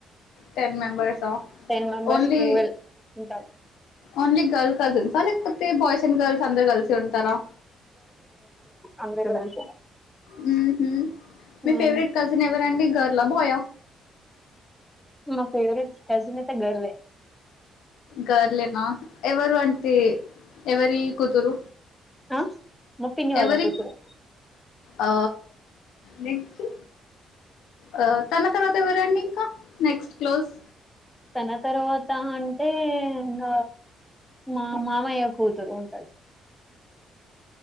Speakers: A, on the left; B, in the centre.
A: టెన్ మెంబెర్స్ ఆ
B: టెన్ మెంబర్స్
A: ఓన్లీ
B: ట్వెల్వ్ ఉంటాం
A: ఓన్లీ గర్ల్ కజిన్స లేకపోతే బాయ్స్ గల్స్ అందరు కలిసి ఉంటారా
B: అందరూ కలిసి
A: మ్మ్ హు మీ
B: ఉమ్.
A: ఫేవరెట్ కజిన్ ఎవరూ అండి గర్ల బాయ
B: మా ఫేవరెట్ కజిన్ అయితే గర్లే
A: గర్లేనా ఎవరు అంటే ఎవరి కూతురు
B: ఆ మా పిన్ని వాళ్ళ
A: ఎవరి
B: కూతురు
A: ఆ లేకపోతే ఆ తన తర్వాత ఎవరండి ఇంకా నెక్స్ట్ క్లోజ్
B: తన తర్వాత అంటే ఇంగ మా మామయ్య కూతురు ఉంటది